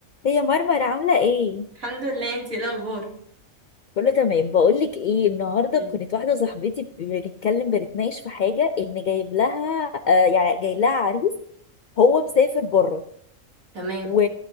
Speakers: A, on the left; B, on the right.
A: هي مرمر عاملة ايه؟
B: الحمد لله انتي ايه الاخبار
A: كله تمام بقولك ايه النهارده
B: مم.
A: كانت واحدة صاحبتي بنتكلم بنتناقش في حاجة ان جايب لها آه يعني جاي لها عريس هو مسافر بره
B: تمام
A: و...